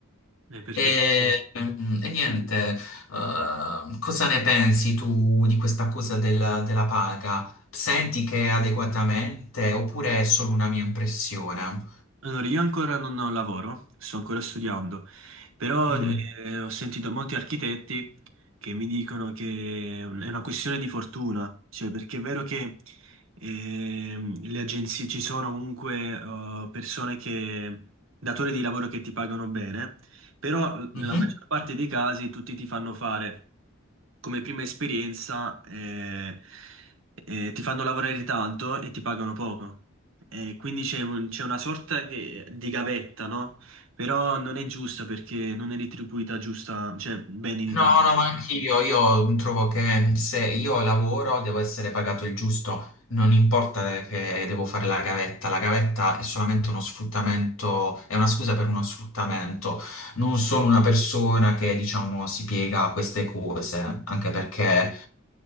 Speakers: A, on the right; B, on the left.
A: Eh, perché...
B: Sì. E, mm, e niente, eh, cosa ne pensi tu di questa cosa del- della paga? Senti che è adeguatamente oppure è solo una mia impressione?
A: Allora, io ancora non lavoro, sto ancora studiando, però
B: Mm.
A: eh, ho sentito molti architetti che mi dicono che è una questione di fortuna, cioè perché è vero che ehm, le agenzie ci sono comunque eh, persone che, datori di lavoro che ti pagano bene, però
B: Mhm.
A: nella maggior parte dei casi tutti ti fanno fare come prima esperienza, eh, eh, ti fanno lavorare tanto e ti pagano poco. Eh, quindi c'è un- c'è una sorta che- di gavetta, no? Però non è giusta perché non è retribuita giusta, cioè, bene in Italia.
B: No, no, ma anch'io, io trovo che se io lavoro devo essere pagato il giusto, non importa che devo fare la gavetta, la gavetta è solamente uno sfruttamento, è una scusa per uno sfruttamento, non sono una persona che diciamo si piega a queste cose, anche perché